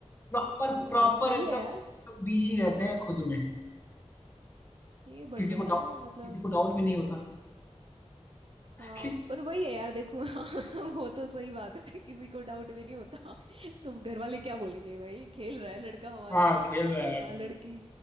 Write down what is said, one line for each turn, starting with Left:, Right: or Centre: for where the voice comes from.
Left: प्रॉपर
Right: अ,
Left: प्रॉपर
Right: सही
Left: एकदम
Right: है यार
Left: बिजी रहते हैं खुद में
Right: ये बढ़िया
Left: किसी को
Right: है
Left: डाउट
Right: यार मतलब
Left: किसी को डाउट भी नहीं होता <laughs>
Right: हाँ
Left: कि
Right: पर वही है यार देखो <laughs> हाँ, वो तो सही बात है किसी को डाउट भी नहीं होता तुम घर वाले क्या बोलेंगे भाई खेल रहा है लड़का हमारा
Left: हाँ खेल रहा
Right: हाँ
Left: है
Right: लड़की